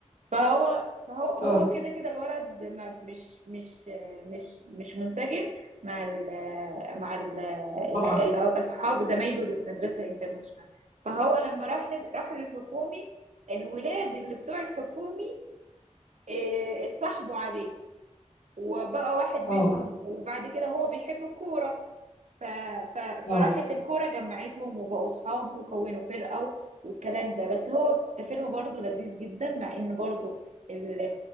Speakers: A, on the right; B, on the left.
A: فهو فهو هو
B: اه
A: كده كده الولد ما مش مش مش مش منسجم مع ال مع ال
B: طبعا
A: ال- اصحابه زمايله اللي في مدرسه الانترناشونال فهو لما راح لل- راح للحكومي الولاد اللي بتوع الحكومي إيه، اتصاحبوا عليه وبقى واحد منهم
B: اه
A: وبعد كده هو بيحب الكورة ف... ف...
B: اه
A: فراحت الكورة جمعتهم وبقوا صحاب وكونوا فرقة والكلام ده بس هو كفيلم برضه لذيذ جدا مع ان برضه ال...